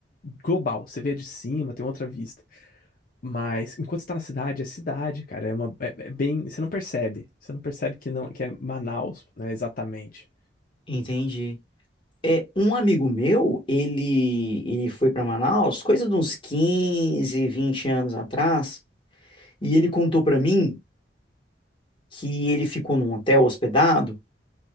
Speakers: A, on the left; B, on the left.
A: global, você vê de cima, tem outra vista. Mas enquanto você tá na cidade, é cidade, cara, é uma é, é bem, você não percebe, você não percebe que não que é Manaus, né, exatamente.
B: entendi. É, um amigo meu, ele, ele foi para Manaus, coisa de uns quinze vinte anos atrás, e ele contou para mim que ele ficou num hotel hospedado